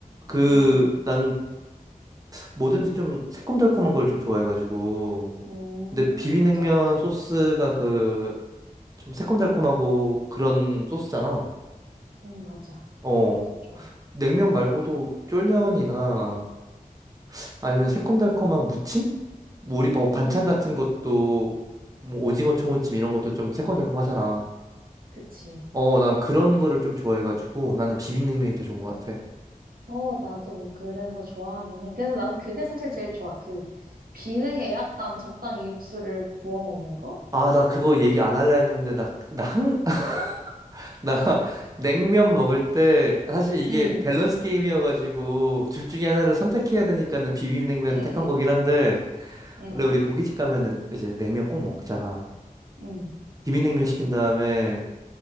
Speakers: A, on the right; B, on the right.
A: 그
B: 음, 음,
A: 난 뭐든지 좀 새콤달콤한 걸 좀 좋아해가지고.
B: 음,
A: 근데 비빔냉면
B: 맞아, 맞아.
A: 소스가 그 좀 새콤달콤하고 그런 소스잖아.
B: 음, 맞아.
A: 어,
B: 나도 좋아해.
A: 냉면 말고도 쫄면이나 아니면 새콤달콤한 무침? 뭐 우리 뭐 반찬
B: 음,
A: 같은 것도 뭐 오징어 초무침 이런 것도 좀 새콤달콤하잖아.
B: 그치.
A: 어, 난 그런 거를 좀 좋아해가지고 나는 비빔냉면이 더 좋은 것 같아.
B: 어, 나도 그래서 좋아하긴 해. 그래서 난 그게 사실 제일 좋아. 그 비냉에 약간 적당히 육수를 부어 먹는 거?
A: 아, 나 그거 얘기 안 할라 했는데 나, 나 항, <laughs> 나 냉면 먹을 때 사실 이게
B: 응,
A: 밸런스 게임이어가지고 둘 중에 하나를 선택해야 되니까는 비빔냉면을
B: 응,
A: 택한 거긴
B: 응,
A: 한데
B: 응.
A: 원래 우리 고깃집 가면은 이제 냉면 꼭 먹잖아.
B: 응,
A: 비빔냉면 시킨 다음에